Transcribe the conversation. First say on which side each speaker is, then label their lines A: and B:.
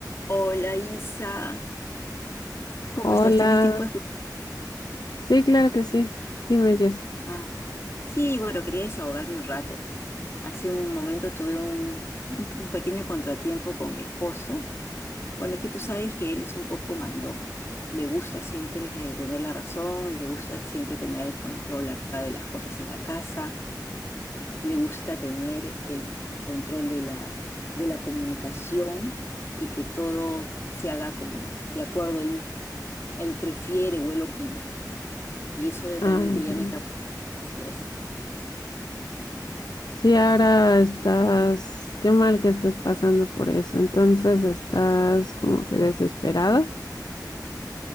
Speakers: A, on the left (about 35°); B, on the left (about 65°).
A: Hola Isa, ¿cómo
B: Hola.
A: estás? ¿Tienes tiempo de escuchar?
B: Sí, claro que sí. Dime, Jess.
A: Ah, sí, bueno, quería desahogarme un rato. Hace un momento tuve un, un- un pequeño contratiempo con mi esposo. Bueno, es que tú sabes que él es un poco mandón. Le gusta siempre tener la razón, le gusta siempre tener el control acá de las cosas en la casa, le gusta tener el control de la, de la comunicación y que todo se haga como de acuerdo él, él prefiere o él opina. Y eso de-
B: Ah,
A: realmente ya
B: ya
A: me
B: entiendo.
A: causó estrés.
B: Sí, ahora estás, qué mal que estés pasando por eso. Entonces estás como que desesperada.